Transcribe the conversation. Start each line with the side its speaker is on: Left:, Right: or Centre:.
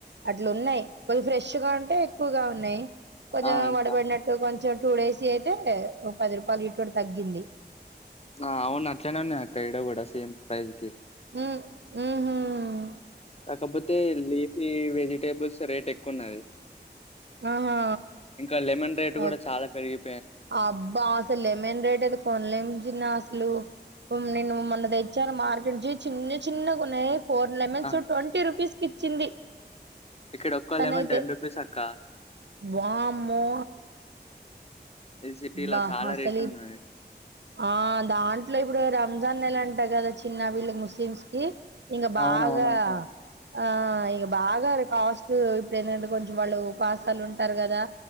Right: అట్లు ఉన్నాయి. కొద్ది ఫ్రెష్గాంటే ఎక్కువ కావా నేన్ కొంచెం
Left: ఆ అక్క
Right: వడబడినట్టు కొంచం టూ డేస్ అయితే ఓ పది రూపాయలు <unintelligible> తగ్గింది
Left: ఆ అవును అట్లనే ఉన్నాయి అక్క ఇడ కూడా సేమ్ ప్రైజ్ కి
Right: మ్మ్ హుమ్మ్
Left: కాకపోతే లేసి వెజిటేబుల్స్ రేట్ ఎక్కువ ఉన్నది.
Right: ఆహా
Left: ఇంకా లెమన్ రేటు
Right: ఓహ్!
Left: కూడా చాలా పెరిగి
Right: అబ్బా అసల్ లేమన్ రేట్ అయితే కొనలేం చిన్న అసలు నిను మొన్న తెచ్చాను మార్కెట్ నుంచి చిన్న చిన్నగా కొన్నాయి ఫోర్ లెమన్స్
Left: ఆ!
Right: ట్వంటీ రుపీస్ ఇచ్చింది
Left: ఇక్కడ ఒక్క
Right: తనైతే
Left: లెమన్ రూ. అక్క.
Right: వామ్మో
Left: ఇది సిటీలా
Right: బా
Left: చాలా
Right: అసలు
Left: రేట్
Right: ఈ
Left: ఉన్నది
Right: ఆ దాంట్లో ఇప్పుడు రంజాన్ నెల అంటా కదా చిన్న వీళ్ళ ముస్లిమ్స్ కి ఇంగ
Left: అవునవునక్క.
Right: బాగా ఆ ఇక బాగా కాస్ట్ ఇప్పుడు ఏంటంటే కొంచెం వాళ్ళు ఉపాసాలు ఉంటారు కదా